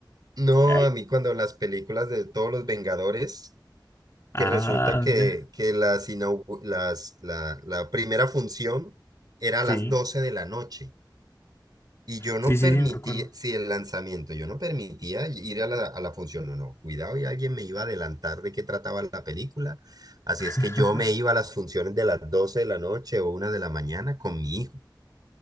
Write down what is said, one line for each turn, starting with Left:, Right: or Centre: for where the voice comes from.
Right: No,
Left: Ay.
Right: a mí cuando las películas de todos los Vengadores.
Left: Ah,
Right: que resulta que,
Left: mira.
Right: que las inaugu- las, la, la primera función era a
Left: Sí.
Right: las 12 de la noche y yo no
Left: Sí, sí,
Right: permitía,
Left: sí, me acuerdo.
Right: si el lanzamiento, yo no permitía ir a la, a la función, no, no, cuidado y alguien me iba a adelantar de qué trataba la película, así es que
Left: <laughs>
Right: yo me iba a las funciones de las 12 de la noche o una de la mañana con mi hijo.